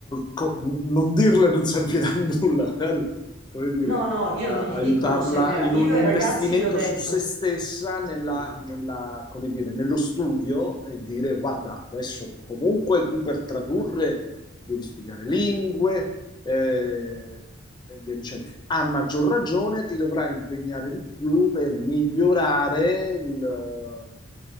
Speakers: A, on the left; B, on the right.
A: co- n- non dirle non servirà a nulla, <laughs> magari, come dire,
B: No, no, io
A: a-
B: non gli
A: aiutarla
B: dico non serve
A: in
B: a... Io
A: un
B: ai
A: investimento
B: ragazzi gli ho detto,
A: su se stessa nella,
B: sì,
A: nella- come dire, nello studio e dire, guarda, adesso comunque tu per tradurre devi studiare lingue, eh, e via dicendo. A maggior ragione ti dovrai impegnare di più per migliorare il, eh,